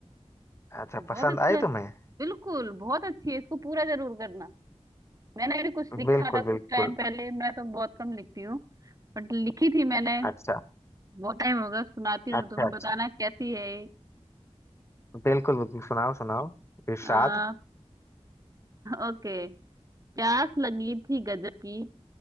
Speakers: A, on the left; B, on the right.
A: अच्छा
B: बहुत
A: पसंद
B: अच्छा
A: आई तुम्हें
B: बिल्कुल बहुत अच्छी है इसको पूरा जरूर करना मैंने भी कुछ लिखा
A: बिल्कुल
B: था कुछ
A: बिल्कुल
B: टाइम पहले मैं तो बहुत कम लिखती हूँ बट लिखी थी मैंने
A: अच्छा
B: बहुत टाइम होगा सुनाती हूँ
A: अच्छा
B: तुम्हें
A: अच्छा
B: बताना कैसी है ये।
A: बिल्कुल बिल्कुल सुनाओ सुनाओ इरशाद
B: आ, ओके प्यास लगी थी गजब की